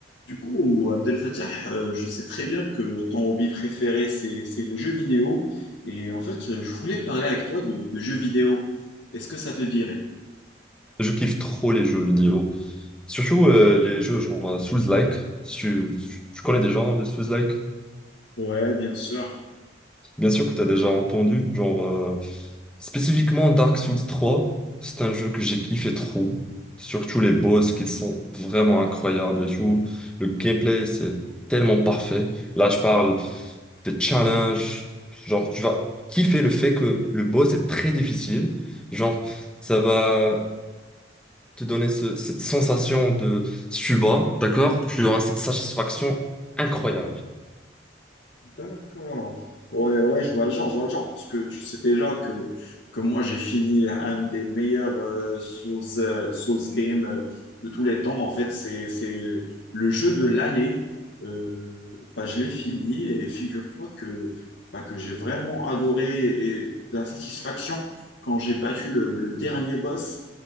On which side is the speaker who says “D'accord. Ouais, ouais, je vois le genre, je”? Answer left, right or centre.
Left